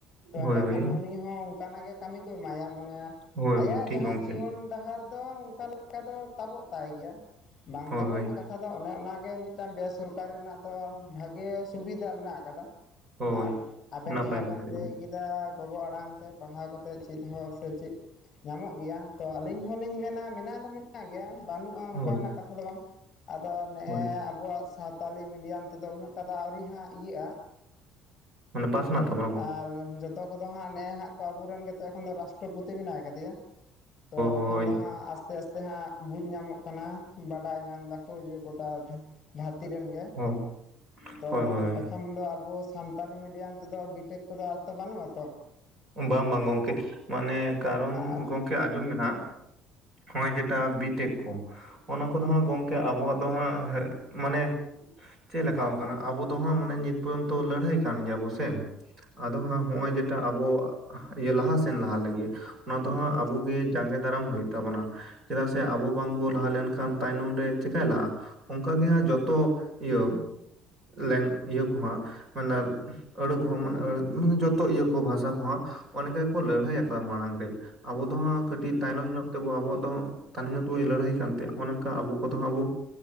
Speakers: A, on the left (about 30°); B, on the right (about 25°).
A: ᱛᱚ
B: ᱦᱳᱭ
A: ᱮᱸᱰᱮᱠᱷᱟᱱ
B: ᱦᱳᱭ
A: ᱩᱱᱤ ᱦᱚᱸ ᱚᱱᱠᱟᱱᱟᱜ ᱜᱮ ᱠᱟᱹᱢᱤ ᱠᱚ ᱮᱢᱟᱭᱟ ᱢᱟᱱᱮ
B: ᱦᱳᱭ
A: ᱟᱭᱟᱜ
B: ᱦᱳᱭ ᱴᱷᱤᱠ
A: ᱡᱟᱦᱟᱸ
B: ᱜᱚᱝᱠᱮ
A: ᱡᱤᱭᱚᱱ ᱰᱟᱦᱟᱨ ᱫᱚ ᱚᱱᱠᱟ ᱞᱮᱠᱟ ᱫᱚ ᱛᱟᱵᱚᱜ ᱛᱟᱭ ᱜᱮᱭᱟ ᱵᱟᱝ
B: ᱦᱳᱭ
A: ᱛᱟᱵᱚᱜ
B: ᱦᱳᱭ
A: ᱨᱮᱱᱟᱜ ᱠᱟᱛᱷᱟ ᱠᱟᱛᱷᱟ ᱫᱚ ᱚᱱᱮ ᱚᱱᱟ ᱜᱮ ᱢᱤᱫᱴᱟᱝ ᱵᱮᱥᱚᱨᱠᱟᱨᱤ ᱨᱮᱱᱟᱜ ᱫᱚ ᱵᱷᱟᱜᱮ ᱥᱩᱵᱤᱫᱷᱟ ᱢᱮᱱᱟᱜ ᱠᱟᱫᱟ
B: ᱦᱳᱭ
A: ᱟᱨ ᱟᱵᱮᱱ
B: ᱱᱟᱯᱟᱭ
A: ᱡᱟᱦᱟᱸ
B: ᱜᱚᱝᱠᱮ
A: ᱵᱮᱱ ᱞᱟᱹᱭ
B: ᱦᱳᱭ
A: ᱠᱮᱫᱼ ᱪᱮᱫᱟ ᱜᱚᱜᱚ ᱟᱲᱟᱝ ᱛᱮ ᱯᱟᱲᱦᱟᱣ ᱠᱟᱛᱮᱫ ᱪᱮᱫ ᱦᱚᱸ ᱥᱮ ᱪᱮᱫ ᱧᱟᱢᱚᱜ ᱜᱮᱭᱟ ᱛᱚ ᱟᱹᱞᱤᱧ ᱦᱚᱸᱞᱤᱧ ᱢᱮᱱᱟ ᱢᱮᱱᱟᱜ ᱫᱚ ᱢᱮᱱᱟᱜ ᱜᱮᱭᱟ ᱵᱟᱹᱱᱩᱜᱼᱟ ᱚᱱᱠᱟᱱᱟᱜ
B: ᱦᱳᱭ
A: ᱠᱟᱛᱷᱟ ᱫᱚ ᱵᱟᱝ ᱟᱫᱚ ᱱᱮᱜᱼ
B: ᱦᱳᱭ
A: ᱟᱵᱚᱣᱟᱜ ᱥᱟᱶᱛᱟᱞᱤ ᱢᱤᱰᱤᱭᱟᱢ ᱛᱮᱫᱚ ᱩᱱᱟᱹᱜ ᱛᱟᱫᱟ ᱟᱹᱣᱨᱤ ᱦᱟᱸᱜ ᱤᱭᱟᱹᱜᱼᱟ
B: ᱢᱟᱱ ᱯᱟᱥᱱᱟ ᱛᱟᱵᱱ
A: ᱟᱨ ᱡᱚᱛᱚ ᱠᱚᱫᱚ ᱦᱟᱸᱜ ᱱᱮ ᱦᱟᱸᱜ ᱠᱚ ᱟᱵᱚᱨᱮᱱ ᱜᱮᱛᱚ ᱮᱠᱷᱚᱱ ᱫᱚ ᱨᱟᱥᱴᱨᱚᱯᱚᱛᱤ ᱢᱮᱱᱟᱭ ᱠᱟᱫᱮᱭᱟ ᱛᱚ
B: ᱦᱳᱭ
A: ᱮᱠᱷᱚᱱ ᱫᱚ ᱦᱟᱸᱜ ᱟᱥᱛᱮ ᱟᱥᱛ- ᱛᱮᱦᱟᱸᱜ ᱵᱩᱡᱽ ᱧᱟᱢᱚᱜ ᱠᱟᱱᱟ ᱵᱟᱰᱟᱭ ᱧᱟᱢ ᱫᱟᱠᱚ ᱡᱮ ᱜᱚᱴᱟ ᱫᱷᱟᱹᱨᱛᱤ ᱨᱮᱱ ᱜᱮ
B: ᱦᱳᱭ
A: ᱛᱚ
B: ᱦᱳᱭ ᱦᱳᱭ
A: ᱮᱠᱷᱚᱱ ᱫᱚ ᱟᱵᱚ ᱥᱟᱱᱛᱟᱞᱤ ᱢᱤᱰᱤᱭᱟᱢ ᱫᱚ ᱵᱤᱴᱮᱠ ᱠᱚᱫᱚ ᱟᱨᱛᱚ ᱵᱟᱹᱱᱩᱜ ᱟᱛᱚ
B: ᱵᱟᱝ ᱵᱟᱝ ᱜᱚᱝᱠᱮ ᱢᱟᱱᱮ ᱠᱟᱨᱚᱱ
A: ᱟᱨ
B: ᱜᱚᱝᱠᱮ ᱟᱸᱡᱚᱢ ᱢᱮ ᱱᱟᱦᱟᱜ ᱱᱚᱜᱼᱚᱭ ᱡᱮᱴᱟ ᱵᱤᱴᱮᱠ ᱠᱚ ᱚᱱᱟ ᱠᱚᱫᱚ
A: ᱦᱩᱸ
B: ᱦᱟᱸᱜ ᱜᱚᱢᱠᱮ ᱟᱵᱚᱣᱟᱜ ᱫᱚ ᱦᱟᱸᱜ ᱢᱟᱱᱮ ᱪᱮᱫᱞᱮᱠᱟ ᱟᱠᱟᱱᱟ ᱟᱵᱚ ᱫᱚ ᱦᱟᱸᱜ ᱢᱟᱱᱮ ᱱᱤᱛ ᱯᱚᱨᱡᱚᱱᱛᱚ ᱞᱟᱹᱲᱦᱟᱹᱭ ᱠᱟᱱ ᱜᱮᱭᱟᱵᱚ ᱥᱮ ᱟᱫᱚ ᱦᱟᱸ
A: ᱦᱩᱸ
B: ᱦᱚᱸᱜᱼᱚᱭ ᱡᱮᱴᱟ ᱟᱵᱚ ᱞᱟᱦᱟᱥᱮᱱ ᱞᱟᱦᱟ ᱞᱟᱹᱜᱤᱫ ᱚᱱᱟ ᱫᱚ ᱦᱟᱸᱜ
A: ᱦᱩᱸ
B: ᱟᱵᱚ ᱟᱵᱩ ᱜᱮ ᱡᱟᱸᱜᱮ ᱫᱟᱨᱟᱢ ᱦᱩᱭᱩᱜ ᱛᱟᱵᱚᱱᱟ ᱪᱮᱫᱟᱜ ᱥᱮ ᱟᱵᱚ ᱵᱟᱝᱵᱚᱱ ᱞᱟᱦᱟ ᱞᱮᱱᱠᱷᱟᱱ ᱛᱟᱭᱱᱚᱢ ᱨᱮ ᱪᱤᱠᱟᱭ ᱞᱟᱦᱟᱜᱼᱟ ᱚᱱᱠᱟᱜᱮ ᱦᱟᱸᱜ ᱡᱚᱛᱚ ᱤᱭᱟᱹ ᱞᱮᱝ ᱤᱭᱟᱹ ᱠᱚᱦᱟᱸᱜ ᱢᱟᱱᱮ <unintelligible> ᱢᱟᱱᱮ ᱡᱚᱛᱚ ᱤᱭᱟᱹ ᱠᱚ ᱵᱷᱟᱥᱟ ᱠᱚᱦᱚᱸ ᱚᱱᱮᱠᱟᱠᱚ
A: ᱦᱩᱸ
B: ᱞᱟᱹᱲᱦᱟᱹᱭ ᱟᱠᱟᱫᱟ ᱢᱟᱲᱟᱝ ᱨᱮ ᱟᱵᱚ ᱫᱚᱦᱟᱸᱜ
A: ᱦᱩᱸ
B: ᱠᱟᱹᱴᱤᱡ ᱛᱟᱭᱱᱚᱢ ᱧᱚᱜ ᱟᱵᱚᱣᱟᱜ ᱫᱚ ᱛᱟᱭᱱᱚᱢ ᱧᱚᱜ ᱞᱟᱹᱲᱦᱟᱹᱭ ᱠᱟᱱᱛᱮ ᱚᱱᱝᱠᱟ ᱟᱵᱚ ᱠᱚᱫᱚ ᱟᱵᱚ